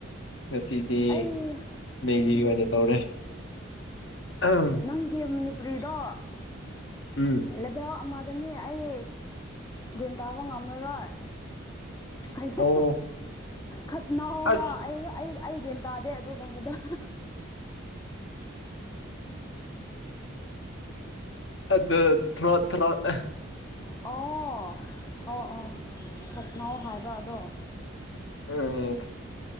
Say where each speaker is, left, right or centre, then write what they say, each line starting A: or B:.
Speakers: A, on the left; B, on the left.
A: ꯉꯁꯤꯗꯤ
B: ꯑꯩ
A: ꯃꯦꯒꯤ ꯑꯣꯏꯅ ꯇꯧꯔꯦ ꯑꯍꯝ
B: ꯅꯪꯒꯤ ꯃꯅꯤꯄꯨꯔꯤꯗꯣ
A: ꯎꯝ
B: ꯂꯕꯦꯜ ꯑꯃ ꯗꯅꯤ ꯑꯩ ꯒ꯭ꯌꯥꯟ ꯇꯥꯕ ꯉꯝꯂꯔꯣꯏ ꯀꯩꯅꯣ
A: ꯑꯣ
B: ꯈꯠꯅꯍꯧꯔꯥ
A: ꯑꯁ
B: ꯑꯩ ꯑꯩ ꯒ꯭ꯌꯥꯟ ꯇꯥꯗꯦ ꯑꯗꯨ ꯀꯝꯕꯗ <unintelligible>
A: ꯑꯗꯨ ꯊꯔꯣꯠ ꯊꯔꯣꯠ
B: ꯑꯣ ꯑꯣ ꯑꯣ ꯈꯠꯅꯥꯎ ꯍꯥꯏꯕ ꯑꯗꯣ
A: ꯎꯝ